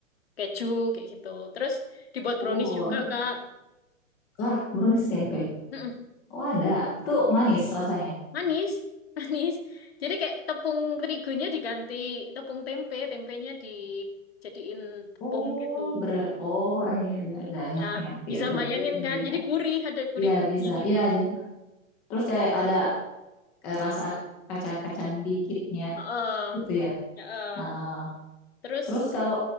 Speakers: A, on the left; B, in the centre.
A: keju kayak gitu. Terus dibuat brownies
B: Oh,
A: juga, Kak.
B: ah, brownies tempe.
A: Mm-mm.
B: Oh, ada. Itu manis rasanya.
A: Manis, <laughs> manis. Jadi kayak tepung terigunya diganti tepung tempe, tempenya dijadiin tepung
B: Oh,
A: gitu.
B: ber oh iya iya iya ngerti
A: Ya,
B: ngerti.
A: bisa
B: Berarti
A: bayangin
B: tempenya.
A: kan? Jadi gurih, ada gurih-gurihnya
B: Iya, bisa.
A: gitu.
B: Iya aja. Terus kayak ada eh, rasa kacang-kacang dikitnya
A: Heeh,
B: gitu ya.
A: heeh.
B: Ah,
A: Terus,
B: terus kalau